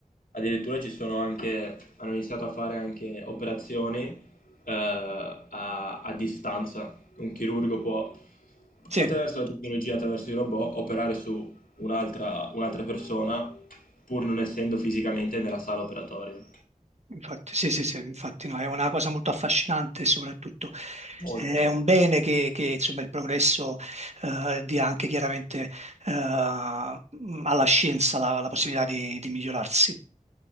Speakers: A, on the left; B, on the right.
A: Addirittura ci sono anche, hanno iniziato a fare anche operazioni eh, a, a distanza. Un chirurgo può,
B: Sì.
A: attraverso la tecnologia, attraverso i robot, operare su un'altra un'altra persona pur non essendo fisicamente nella sala operatoria.
B: Infatti, sì, sì, sì, infatti no, è una cosa molto affascinante e soprattutto
A: Molto,
B: eh,
A: molto.
B: è un bene che, che, insomma, il progresso eh, dia anche chiaramente eh, alla scienza la, la possibilità di, di migliorarsi.